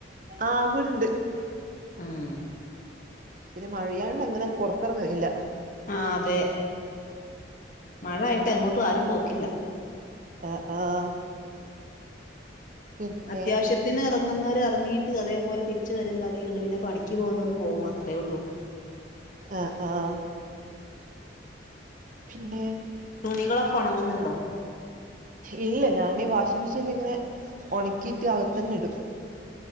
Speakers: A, on the right (about 45°); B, on the left (about 45°).
A: ആവ്ണ്ട്
B: ഉം
A: പിന്നെ മഴയായണ്ട് അങ്ങനെ പുറത്തിറങ്ങയില്ല.
B: ആഹ് അതെ മഴ ആയിട്ട് എങ്ങോട്ടും ആരും പോക്കില്ല.
A: ആ ആഹാ പിന്നെ
B: അത്യാവശ്യം <unintelligible> ഇറങ്ങുന്നവർ ഇറങ്ങിയിട്ട് അതേപോലെ തിരിച്ച് വരില്ലാതെ കണ്ട് പിന്നെ പണിക്ക് പോകുന്നവർ പോകും അത്രേ ഉള്ളൂ.
A: ആഹ് ആഹ് പിന്നെ.
B: തുണികളൊക്കെ ഒണങ്ങുന്നുണ്ടോ?
A: ഇല്ല ഞാൻ ഈ വാഷിംഗ മെഷീനിൽ ഇങ്ങനെ ഒണക്കിട്ട് അകത്തന്നെ ഇടും.